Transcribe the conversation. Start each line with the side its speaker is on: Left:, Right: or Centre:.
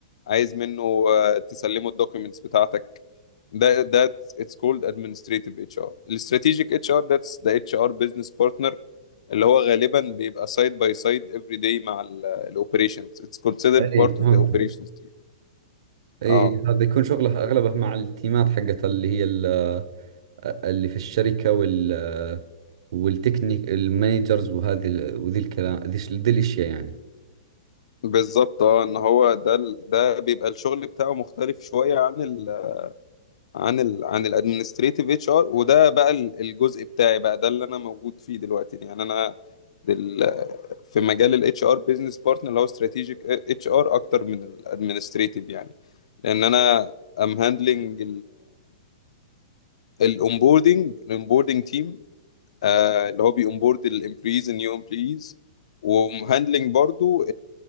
Left: عايز منه آه، تسلمه الدوكيومنتس بتاعتك ده ده اتس كولد ادمنستريتيف اتش ار الاستراتيجيك اتش ار ذاتس ذا اتش ار بزنس بارتنر اللي هو غالبا بيبقى سايد باي سايد افري داي مع الاوبريشنز اتس كونسيدرد
Right: اي إي،
Left: بارت
Right: فهمتك
Left: اوف ذا اوبريشنز تيم
Right: اي
Left: اه
Right: هذا يكون شغله اغلبه مع التيمات حقت اللي هي ال- اللي في الشركة وال والتكنيك المانجرز وهذه ال- وذي الكلام ذي ذي الاشياء يعني
Left: بالظبط اه ان هو ده ال- ده بيبقى الشغل بتاعه مختلف شويه عن ال عن ال عن الادمنستريتيف اتش ار وده بقى ال- الجزء بتاعي بقى ده اللي انا موجود فيه دلوقتي يعني انا دل في مجال الاتش ار بزنس بارتنر اللي هو استراتيجيك اتش ار اكتر من الادمنستريتيف يعني لان انا ام هاندلنج الاونبوردنج الاونبوردنج تيم اللي هو بيونبورد الامبلويز النيو امبلويز ومهندلنج برضو